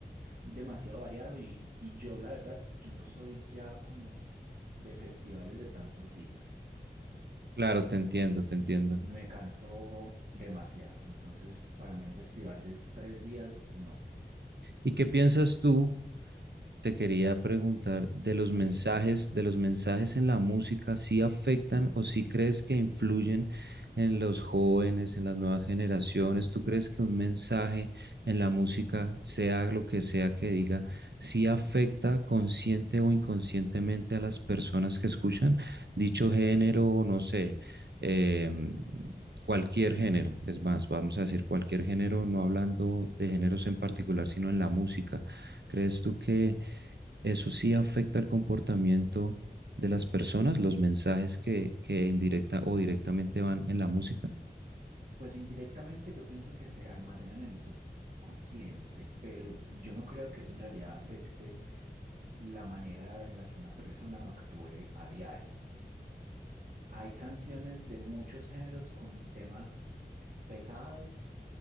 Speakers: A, on the right; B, on the right.
A: demasiado variado y, y yo la verdad, yo no soy ya como de festivales de tantos días.
B: Claro, te entiendo, te entiendo.
A: Me canso demasiado. Entonces, para mí un festival de tres días, no.
B: ¿Y qué piensas tú? te quería preguntar de los
A: Dime.
B: mensajes, de los mensajes en la música, si afectan o si crees que influyen en los jóvenes, en las nuevas generaciones? ¿Tú crees que un mensaje en la música, sea lo que sea que diga, si afecta consciente o inconscientemente a las personas que escuchan dicho género, no sé, em, cualquier género, es más, vamos a decir cualquier género, no hablando de géneros en particular, sino en la música? ¿Crees tú que eso sí afecta el comportamiento de las personas, los mensajes que, que indirecta o directamente van en la música.
A: Pues indirectamente yo pienso que se almacenan en el subconsciente, pero yo no creo que eso en realidad afecte la manera en la que una persona actúe a diario. Hay canciones de muchos géneros con temas pesados